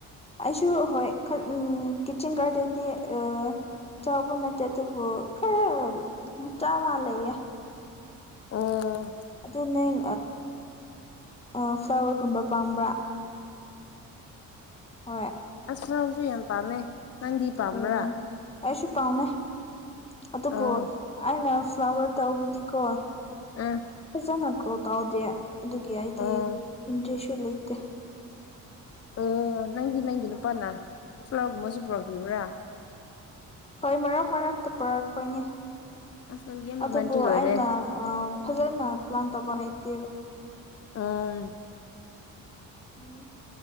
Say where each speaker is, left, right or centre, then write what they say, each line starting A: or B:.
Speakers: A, on the left; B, on the left.
A: ꯑꯩꯁꯨ ꯍꯣꯏ ꯎꯝ ꯀꯤꯆꯟ ꯒꯥꯔꯗꯦꯟꯗꯤ ꯑ ꯆꯥꯎꯕ ꯅꯠꯇ‌ꯦ ꯑꯗꯨꯕꯨ ꯈꯔ ꯃꯥꯆꯥ ꯑꯃ ꯂꯩꯌꯦ
B: ꯑꯣ
A: ꯑꯗꯨ ꯅꯪ ꯑ ꯐ꯭ꯂꯥꯋꯔꯒꯨꯝꯕ ꯄꯥꯝꯕ꯭ꯔꯥ ꯍꯣꯏ
B: ꯆꯥꯎꯁꯨ ꯌꯥꯝ ꯄꯥꯝꯃꯦ ꯅꯪꯗꯤ ꯄꯥꯝꯕ꯭ꯔꯥ
A: ꯍꯣꯏ ꯑꯩꯁꯨ ꯄꯥꯝꯃꯦ ꯑꯗꯨꯕꯨ
B: ꯑꯣ
A: ꯑꯩꯅ ꯐ꯭ꯂꯥꯋꯔ ꯇꯧꯕꯗꯤꯀꯣ
B: ꯎꯝ
A: ꯐꯖꯅ ꯒ꯭ꯔꯣ ꯇꯧꯗꯦ ꯑꯗꯨꯒꯤ ꯑꯩꯗꯤ
B: ꯑꯣ
A: ꯏꯟꯇ꯭ꯔꯦꯁꯁꯨ ꯂꯩꯇꯦ
B: ꯑꯣ ꯅꯪꯒꯤ ꯅꯪꯒꯤ ꯅꯨꯄꯥꯅ ꯐ꯭ꯂꯥꯔꯒꯨꯝꯕꯁꯨ ꯄꯨꯔꯛꯄꯤꯕ꯭ꯔꯥ
A: ꯍꯣꯏ ꯃꯔꯛ ꯃꯔꯛꯇ ꯄꯨꯔꯛꯄꯅꯦ
B: ꯑꯁ ꯅꯪꯗꯤ ꯌꯥꯝ
A: ꯑꯗꯨꯕꯨ
B: ꯔꯣꯃꯦꯟꯇꯤꯛ ꯑꯣꯏꯔꯦ
A: ꯑꯩꯅ ꯑ ꯐꯖꯟꯅ ꯄ꯭ꯂꯥꯟ ꯇꯧꯕ ꯍꯥꯏꯩꯇꯦꯕ
B: ꯑꯥ
A: ꯎꯝ